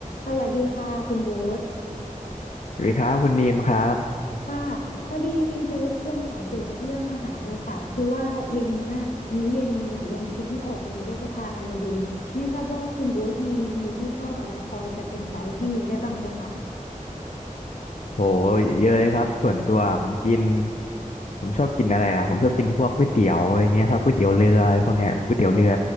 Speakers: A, on the left (about 85°); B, on the left (about 60°).
A: สวัสดีค่ะคุณโบ๊ท
B: สวัสดีครับคุณนีมครับ
A: ค่ะพอดีนิมจะรบกวนถามเกี่ยวกับเรื่องอาหารหน่อยค่ะคือว่าเย็นเนี้ยมื้อเย็นนิมอะยังคิดไม่ออกเลยว่าจะทานอะไรดีไม่ทราบว่าคุณโบ๊ทมีเมนูที่ชอบอะไรพอจะเป็นไกด์ให้นิมได้บ้างไหมคะ
B: โหเยอะเลยครับส่วนตัวผมกินผมชอบกินอะไรล่ะผมชอบกินพวกก๋วยเตี๋ยวอะไรเงี้ยครับก๋วยเตี๋ยวเรืออะไรพวกเนี้ยก๋วยเตี๋ยวเรือ